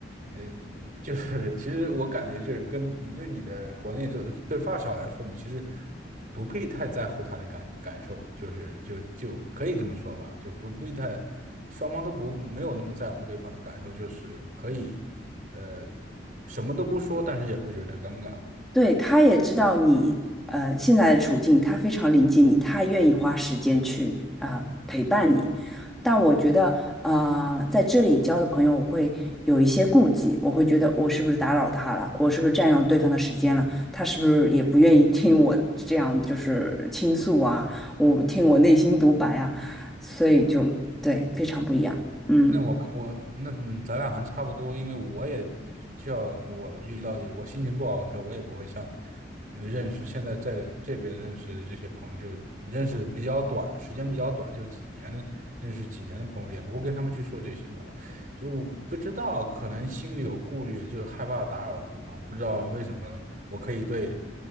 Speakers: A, on the right; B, in the centre.
A: 呃，就是其实我感觉就是跟你对你的国内这对发小来说，你其实不必太在乎他的感感受，就是就就可以这么说吧，就不必太，双方都不没有那么在乎对方的感受，就是可以，呃，什么都不说，但是也不觉得尴尬。
B: 对，他也知道你呃现在的处境，他非常理解你，他愿意花时间去啊、呃陪伴你。但我觉得呃在这里交的朋友，我会有一些顾忌，我会觉得我是不是打扰他了，我是不是占用对方的时间了，他是不是也不愿意听我这样就是倾诉啊，我听我内心独白啊，所以就对非常不一样，嗯。
A: 那我跟我那嗯咱俩还差不多，因为我也就像我遇到我心情不好的时候，我也不会像呃认识现在在这边认识的这些朋友，就是认识比较短，时间比较短，就几年的认识几年的朋友，也不会跟他们去说这些吧，就不知道可能心里有顾虑，就是害怕打扰对方，不知道为什么我可以对